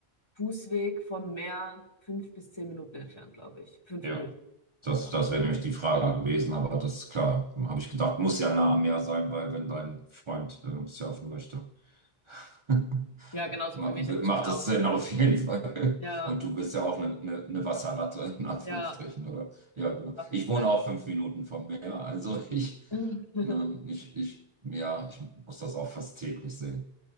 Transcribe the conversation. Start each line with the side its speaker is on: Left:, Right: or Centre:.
Left: Fußweg vom Meer fünf bis zehn Minuten entfernt, glaube ich. Fünf
Right: Ja.
Left: Minuten,
Right: Das,
Left: ja.
Right: das wäre nämlich die Frage gewesen, aber das ist klar. Habe ich gedacht, muss ja nah am Meer sein, weil wenn dein Freund ähm, surfen möchte, <laughs>
Left: Ja, genauso
Right: ma-
Left: für mich. Also
Right: w-
Left: ich
Right: macht
Left: bin auch.
Right: das Sinn auf jeden Fall.
Left: Ja,
Right: <laughs> Und du bist ja auch eine, eine, eine Wasserratte, <laughs> in Anführungsstrichen,
Left: ja,
Right: oder? Ja, genau.
Left: auf jeden
Right: Ich
Left: Fall.
Right: wohne auch fünf Minuten vom Meer, also <laughs> ich,
Left: <laughs>
Right: ähm, ich, ich, ja, ich muss das auch fast täglich sehen.